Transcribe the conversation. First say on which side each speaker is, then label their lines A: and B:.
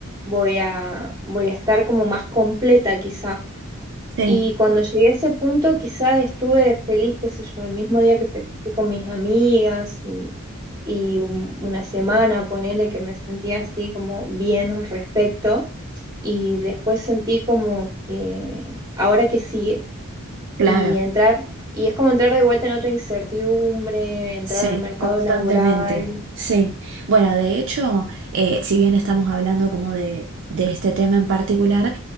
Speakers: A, on the right; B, on the right.
A: voy a, voy a estar como más completa quizás.
B: sí,
A: Y cuando llegué a ese punto, quizás estuve feliz, qué sé yo, el mismo día que festejé con mis amigas y, y un- una semana, ponele que me sentía así como bien al respecto. Y después sentí como que ahora que sigue.
B: claro.
A: Y entrar, y es como entrar de vuelta en otra incertidumbre, entrar
B: Sí,
A: al mercado
B: constantemente,
A: laboral.
B: sí. Bueno, de hecho, eh, si bien estamos hablando como de, de este tema en particular,